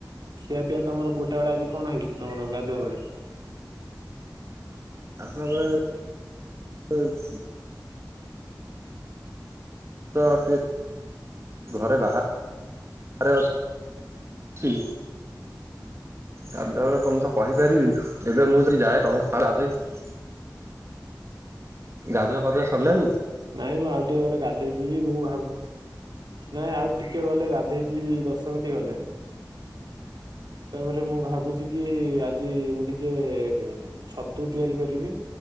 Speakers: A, on the right; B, on the right.
A: ଖିଆ ପିଆ ତମର ଗୋଟେ ବେଳେ ଆଜି କଣ ହେଇଛି ତମର ଗାଧୁଆ ବେଳେ।
B: ଗଢ଼ୁଆବେଳେ ହେଇଛି ତ ଟିକେ ଘର ବାହାରେ ଅଛି ଗାଧୁଆ କଣ ତ କହିପାରିବିନି ଏବେ ମୁଁ ଯଦି ଯାଏ ତ <unintelligible> ଗାଧୁଆ ପାଧୁଆ ସରିଲାଣି।
A: ନାଇଁ ମୁଁ ଆଉ ଟିକେ ଗଲେ ଗାଧେଇକି ଯିବି ମୁଁ ଭାବୁ ନାଇଁ ଆଉ ଟିକେ ଗଲେ ଗାଧୋଇ ଗାଧେଇ ଯିବି ଦଶ ମିନିଟ୍ ଗଲେ। ତାପରେ ମୁଁ ଭାବୁଛି କି ଆଜି ମୁଁ ଟିକେ ଛତୁ ତିଆରି କରିବି।